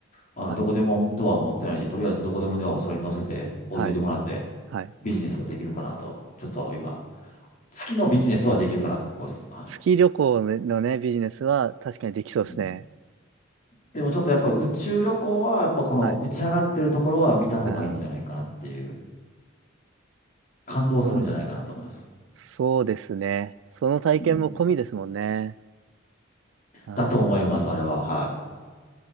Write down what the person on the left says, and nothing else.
あの、
どこでもドアを持ってないんで、とりあえずどこでもドアをそれに乗せて置いといてもらって、
ビジネスはできるかなと。ちょっと今、月のビジネスはできるかなと思います。は
い。うんでもちょっとやっぱ宇宙旅行は、やっぱこの打ち上がってるところは見た方がいいんじゃないかなっていう、
感動するんじゃないかなと思います。
うん
だと思います、あれは。はい。